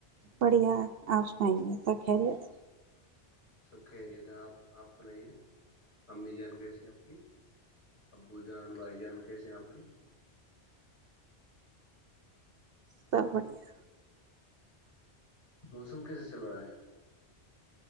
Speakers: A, on the right; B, on the left.
A: بڑھیا آپ سنائیے سب خیریت
B: سب خیریت ہے آپ آپ سنائیے امی جان کیسی ہیں آپ کی ابو جان بھائی جان کیسے ہیں آپ کی
A: سب بڑھیا
B: موسم کیسے چل رہا ہے